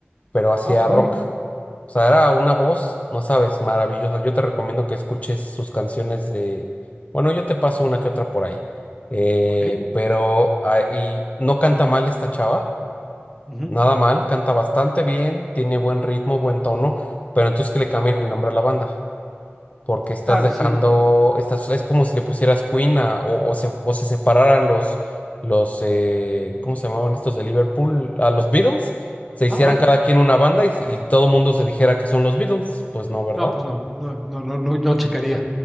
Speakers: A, on the left; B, in the centre.
A: pero hacía
B: Ah, ok.
A: rock. O sea, era una voz, no sabes, maravillosa. Yo te recomiendo que escuches sus canciones de... Bueno, yo te paso una que otra por ahí. Eh,
B: Ok.
A: pero ah, y no canta mal esta chava,
B: ujú,
A: nada mal, canta bastante bien, tiene buen ritmo, buen tono, pero entonces que le cambien el nombre a la banda porque estás
B: Claro,
A: dejando,
B: sí.
A: estás, es como si le pusieras Queen a- o, o se, o se separaran los, los eh, ¿cómo se llamaban estos de Liverpool? A los Beatles, se hicieran
B: Ah, ah,
A: cada quien una banda y, y todo el mundo se dijera que son los Beatles, pues no, ¿verdad?
B: no, pues no, no, no, no, no, no checaría.